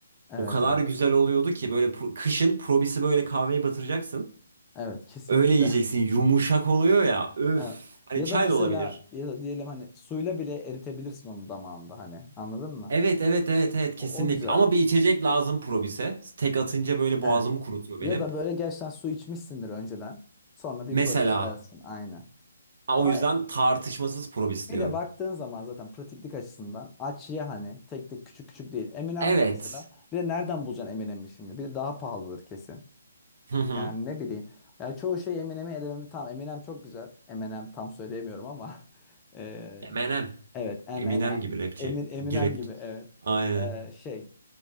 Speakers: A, on the left (about 15°); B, on the right (about 50°).
A: Evet
B: O kadar
A: evet.
B: güzel oluyordu ki böyle pro- kışın probisi böyle kahveye batıracaksın.
A: Evet kesinlikle.
B: Öyle yiyeceksin.
A: <laughs>
B: Yumuşak oluyor ya. Öf.
A: Evet.
B: Hani
A: Ya
B: çay
A: da mesela
B: da olabilir.
A: ya da diyelim hani suyla bile eritebilirsin onu damağında hani anladın mı?
B: Evet evet evet evet kesinlikle.
A: O, o güzel.
B: Ama bir içecek lazım Probis'e. Tek atınca böyle boğazımı
A: Evet.
B: kurutuyor
A: Ya
B: benim.
A: da böyle gerçekten su içmişsindir önceden. Sonra bir
B: Mesela
A: probis yersin. Aynen.
B: ha,
A: Ama
B: o yüzden tartışmasız Probis
A: Bir
B: diyorum.
A: de baktığın zaman zaten pratiklik açısından Açıya hani tek tek küçük küçük değil. Eminem'de
B: Evet.
A: mesela bir de nereden bulacaksın Eminem'i şimdi? Bir de daha pahalıdır kesin.
B: Hı hı.
A: Yani ne bileyim. Yani çoğu şey Eminem'i elememi tam Eminem çok güzel. Eminem tam söyleyemiyorum ama <laughs> eee,
B: Eminem.
A: evet Eminem
B: Eminem gibi rapçi.
A: Emin Eminem
B: Girip.
A: gibi evet.
B: Aynen.
A: Eee, şey